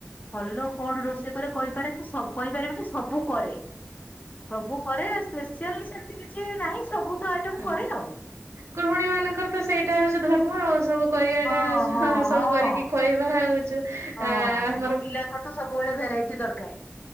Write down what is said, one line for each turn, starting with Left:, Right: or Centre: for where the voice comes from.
Left: ଭଲ କଣ ରୋଷେଇ କରେ କହିପାରେନି କହିପାରିବିନି ସବୁ କରେ। ସବୁ କରେ ସ୍ପେସିଆଲ ସେମିତି କିଛି ନାହିଁ ସବୁ ତ ଆଇଟମ
Right: ଓ
Left: କରେ ଆଉ।
Right: ଗୃହିଣୀ ମାନଙ୍କର ତ ସେଇଟା ହଉଛି ଧର୍ମ ଆଉ ସବୁ କରିବା
Left: ହଁ
Right: ଟା ହଉଛୁ
Left: ହଁ
Right: ହ ସବୁ
Left: ହଁ
Right: କରିକି ଖୁଆଇବା ହଉଛୁ
Left: ହଁ
Right: ଆ ଆମର
Left: ମୋ ପିଲାଙ୍କର ତ ସବୁବେଳେ ଭେରାଇଟି ଦରକାର